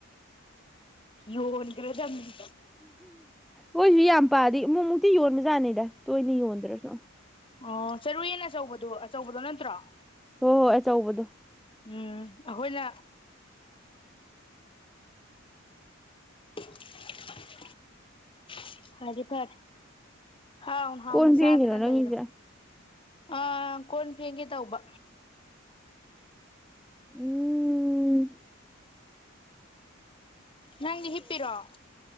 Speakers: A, on the left; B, in the centre.
A: ꯌꯣꯟꯒ꯭ꯔ ꯗꯝꯅꯤ
B: ꯈꯣꯏꯁꯨ ꯌꯥꯝ ꯄꯥꯜꯂꯗꯤ ꯑꯃꯨꯛꯃꯨꯛꯇꯤ ꯌꯣꯟꯕꯖꯥꯠꯅꯤꯗ ꯇꯣꯏꯅ ꯌꯣꯟꯗ꯭ꯔꯁꯨ
A: ꯑꯣ ꯆꯔꯨꯌꯦꯟ ꯑꯆꯧꯕꯗꯣ ꯑꯆꯧꯕꯗꯣ ꯅꯠꯇ꯭ꯔꯣ
B: ꯍꯣꯏ ꯍꯣꯏ ꯑꯆꯧꯕꯗꯣ
A: ꯎꯝ ꯑꯈꯣꯏꯅ <inaudible> <unintelligible> ꯐꯔꯦ ꯍꯥꯎ ꯍꯥꯎ
B: ꯀꯣꯟ
A: ꯃꯆꯥꯗꯅ
B: ꯐꯦꯡꯉꯤꯔꯣ ꯅꯪꯒꯤꯁꯦ
A: ꯂꯩꯔꯣ ꯑꯥ ꯀꯣꯟ ꯐꯦꯡꯒꯦ ꯇꯧꯕ
B: ꯎꯝ
A: ꯅꯪ ꯍꯤꯞꯄꯤꯔꯣ